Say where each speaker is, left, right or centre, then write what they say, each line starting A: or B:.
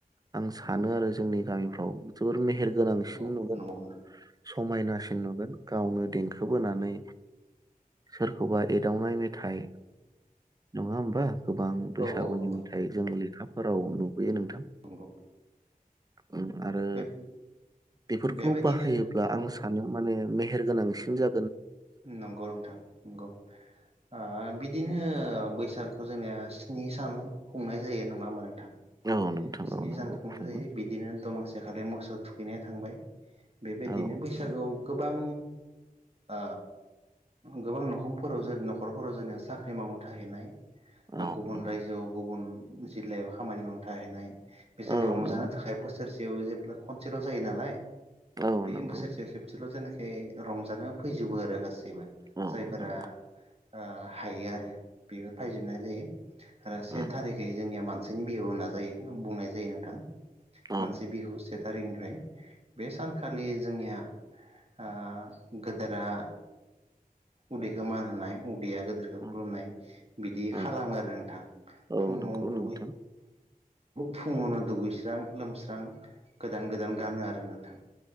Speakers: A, on the right (about 25°); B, on the right (about 40°).
A: आं सानो आरो जोंनि गामिफ्राव जोबोर मेहेर गोनांसिन
B: औ
A: नुगोन।
B: नंगौ
A: समायनासिन नुगोन गावनो देंखो बोनानै सोरखौबा एदावनाय मेथाइ नङा होमबा? गोबां
B: नोंथां
A: बैसागुनि
B: औ औ नंगौ
A: मेथाइ जों लेखाफोराव नुबोयो नोंथां।
B: नंगौ
A: उम आरो
B: बे
A: बेफोरखौ
B: बेबायदिनो
A: बाहायोब्ला आं
B: औ
A: सानो माने मेहेर गो नांसिन जा
B: नंगौ नोंथां नंगौ। आ बिदिनो बैसा गु जोंनिया स्नि सान खुंनाय जायो नङा होमबा नोंथां?
A: औ नोंथां
B: स्नि
A: औ नंगौ
B: सान खुंनाय
A: खुङो
B: जायो। बिदिनो दमासे खालि मोसौ थु खैनाया थांबाय, बेबायदिनो
A: औ
B: बैसागुआव गोबां आ गोबां नखंफोराव जो न'खरफोराव जोङनिया साख्रि मावनो थाहैनाय
A: औ
B: गुबुन
A: नंगौ
B: रायजोआव गुबुन जिल्लायाव खामानि मावनो थाहैनाय बिसोर
A: औ
B: रंजानो
A: नंगौ
B: थाखाय बोसोरसे आव जेब्ला खनसेल' जायो नालाय
A: औ
B: बे
A: नंगौ
B: बोसोरसेयाव खेबसेल' जानाय खाय रंजानो फैजोबो आरो गासै बो
A: औ
B: जायफोरा
A: नंगौ
B: ओ हायो आरो बेबो फायजोबनाय जायो। आरो से
A: उम
B: थारिखै जोंनिया मान सिनि बिहु होनना जायो बुंनाय जायो नोंथां।
A: औ
B: मानसि बिहु से तारिकनिफ्राय। बे सानखालि जोंनिया ओ गोदोरा उदैखौ मान होनाय उ दैया गोदोरखौ
A: उम
B: खुलुमनाय बिदि खालामो
A: औ
B: आरो नोंथां
A: औ
B: फुङाव
A: नंगौ नोंथां
B: दुगै फुङावनो दुगैस्रां लोमस्रां गोदान गोदान गानो आरो नोंथां।